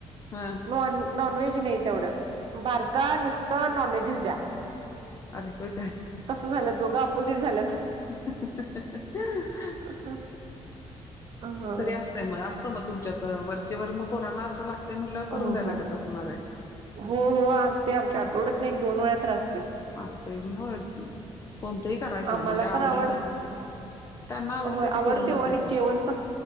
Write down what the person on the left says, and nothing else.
हा
अरे होय
का
तरी असतंय मग असतं मग तुमच्यात वरचे वर मग पोराना असं लागतय म्हटल्या वर करून
द्याय लागत असणार आहे.
असतय होय, कोणतही करायचच
म्हणटले आवडीन
जी त्यांना आवडतंय
ते
करूनच
द्यायचं.